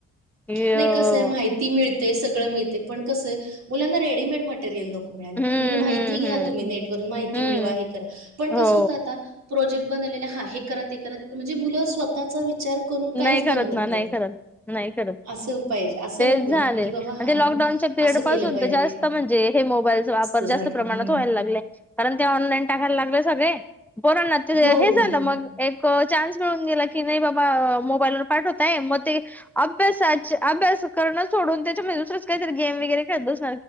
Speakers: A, in the centre; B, on the right (about 60°).
A: की
B: नाही
A: हम्म
B: कसंय माहिती मिळतेय सगळं मिळते, पण कसंय मुलांना रेडीमेड मटेरियल नको.
A: हम्म
B: तुम्ही माहिती घ्या
A: हम्म
B: तुम्ही नेट वरून माहिती
A: हम्म
B: मिळवा हे करा. पण
A: हो
B: कस होतं आता प्रोजेक्ट बनवलेले हा हे करत ते करत म्हणजे मुलं स्वतःचा विचार करून काहीच
A: नाही करत
B: बनवत
A: ना नाही
B: नाहीत
A: करत नाही. करत,
B: असं पाहिजे असं
A: तेच
B: नकोय
A: झालंय
B: ना की बाबा
A: अन्
B: हा
A: ते
B: मग
A: लॉकडाऊनच्या पिरियड
B: असं केलं
A: पासून
B: पाहिजे
A: तर जास्त म्हणजे हेमो बाईलचा वापर
B: झाले
A: जास्त
B: हम्म
A: प्रमाणात व्हायला लागलाय. कारण ते ऑनलाईन टाकायला लागले सगळे. बोरना ते
B: हो
A: हे झालं
B: हो
A: मग एक चान्स मिळून गेला की नाही बाबा मोबाईल वर पाठवतय मग ते अभ्यासा अभ्यास करणं सोडून त्याच्यामध्ये दुसरंच काहीतरी गेम वगैरे खेळत बस